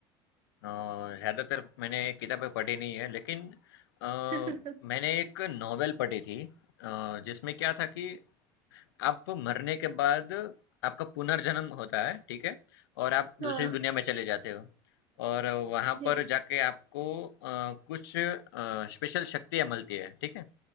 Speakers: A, on the left (about 90°); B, on the right (about 55°).
A: अ, ज़्यादातर मैंने किताबें पढ़ी नहीं है लेकिन अ,
B: <laughs>
A: मैंने एक नॉवेल पढ़ी थी अ, जिसमें क्या था कि आप मरने के बाद आपका पुनर्जन्म होता है, ठीक है? और आप
B: हाँ
A: दूसरी दुनिया में चले जाते हो और वहाँ
B: जी
A: पर जाके आपको अ, कुछ अ, स्पेशल शक्तियाँ मिलती है, ठीक है?